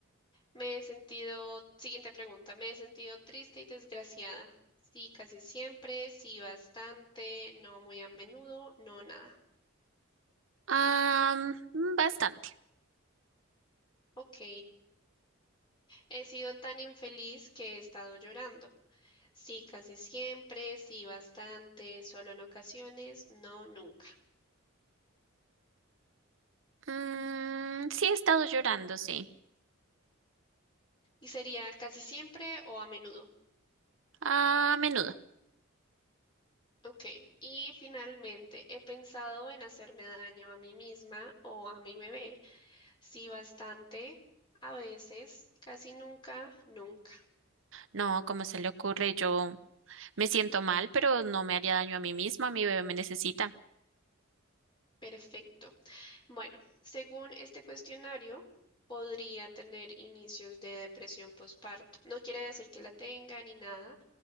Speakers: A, on the left; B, on the right.
A: me he sentido, siguiente pregunta, me he sentido triste y desgraciada. Sí, casi siempre, sí, bastante, no muy a menudo, no nada.
B: Am, mm, bastante.
A: Ok, he sido tan infeliz que he estado llorando. Sí, casi siempre, sí, bastante, solo en ocasiones, no nunca.
B: Mm, sí, he estado llorando, sí.
A: ¿Y sería casi siempre o a menudo?
B: A menudo.
A: Ok, y finalmente he pensado en hacerme daño a mí misma o a mi bebé. Sí, bastante, a veces, casi nunca, nunca.
B: No, ¿cómo se le ocurre? Yo Me siento mal, pero no me haría daño a mí misma, mi bebé me necesita.
A: Perfecto. Bueno, según este cuestionario, podría tener inicios de depresión postparto. No quiere decir que la tenga ni nada,